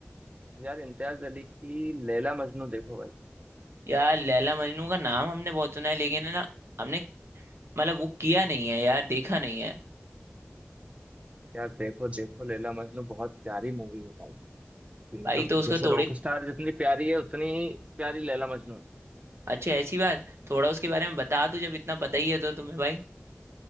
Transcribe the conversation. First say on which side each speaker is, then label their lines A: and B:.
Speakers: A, on the right; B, on the right.
A: यार इम्तियाज अली की लैला मजनू देखो भाई
B: यार लैला मजनू का नाम हमने बहुत सुना है लेकिन है ना हमने मतलब वो किया नहीं है यार देखा नहीं है
A: यार देखो देखो लैला मजनू बहुत प्यारी मूवी है भाई कि मतलब
B: भाई तो उसका
A: जैसे
B: थोड़े
A: रॉकस्टार जितनी प्यारी है उतनी ही प्यारी लैला मजनू है
B: अच्छा ऐसी बात थोड़ा उसके बारे में बता दो जब इतना पता ही है तो तुम्हें भाई